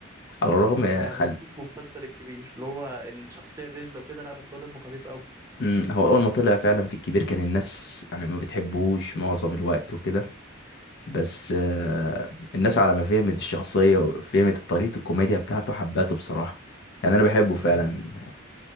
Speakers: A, on the left (about 55°); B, on the right (about 15°).
A: على
B: كان
A: الرغم خل...
B: مظلوم في مسلسل الكبير اللي هو الشخصيه الرزله وكده لا بس هو دمه خفيف قوي
A: امم هو اول ما طلع فعلا في الكبير كان الناس يعني ما بتحبوش معظم الوقت وكده بس آه، الناس على ما فهمت الشخصيه وفهمت طريقه الكوميديا بتاعته حبته بصراحه يعني انا بحبه فعلا
B: امم